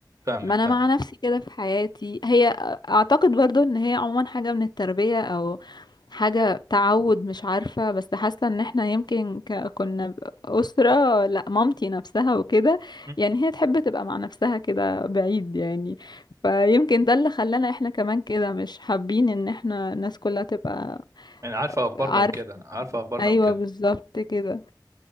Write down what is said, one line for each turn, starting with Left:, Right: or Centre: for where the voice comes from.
Right: فاهمك
Left: ما انا
Right: فاهمك
Left: مع نفسي كده في حياتي هي اعتقد برضو ان هي عموما حاجة من التربية او حاجة تعود مش عارفة بس حاسة ان احنا يمكن ك- كنا أسرة لا مامتي نفسها وكده
Right: مم.
Left: يعني هي تحب تبقى مع نفسها كده بعيد يعني فيمكن ده اللي خلانا احنا كمان كده مش حابين ان احنا الناس كلها تبقى
Right: انا عارفه اخبارنا
Left: عارفة
Right: وكده عارفه اخبارنا
Left: ايوه
Right: وكده
Left: بالظبط كده